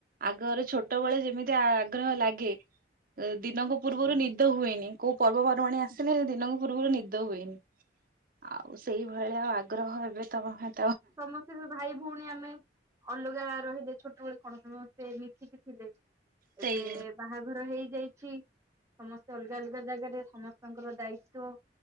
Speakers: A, on the right (about 55°); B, on the right (about 15°).
A: ଆଗରେ ଛୋଟ ଛୋଟବେଳେ ଯେମିତି ଆଗ୍ରହ ଲାଗେ ଦିନଙ୍କ ପୂର୍ବରୁ ନି ନିଦ ହୁଏନି କୋଉ ପର୍ବପର୍ବାଣି ଆସିଲେ ଦିନଙ୍କ ପୂର୍ବରୁ ନିଦ ହୁଏନି। ଆଉ ସେଇଭଳିଆ ଆଉ ଆଗ୍ରହ ଏବେ ତ <unintelligible>
B: ସମ ତେବେ ଭାଇ ଭଉଣୀ ଆମେ ଅଲଗା ରହିଲେ ଛୋଟବେଳେ କଣ ସମସ୍ତେ ମିଶିକି ଥିଲେ।
A: ସେଇ
B: ଏବେ ବାହାଘର ହେଇଯାଇଛି ସମସ୍ତେ ଅଲଗା ଅଲଗା ଜାଗାରେ ସମସ୍ତଙ୍କର ଦାୟିତ୍ୱ।